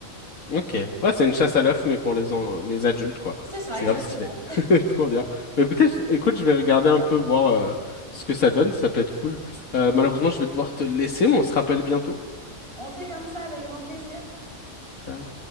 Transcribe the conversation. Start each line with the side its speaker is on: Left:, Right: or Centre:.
Left: Ok. Ouais, c'est une chasse à l'œuf, mais pour les, en- les adultes, quoi.
Right: C'est ça,
Left: C'est
Right: exactement.
Left: grave stylé. <laughs> Trop bien. Bah, écoutez, je- écoute, je vais regarder un peu, voir euh, ce que ça donne. Ça peut être cool. Euh, malheureusement, je vais devoir te laisser, mais on se rappelle bientôt.
Right: <laughs> On fait comme ça avec grand plaisir.
Left: Ciao.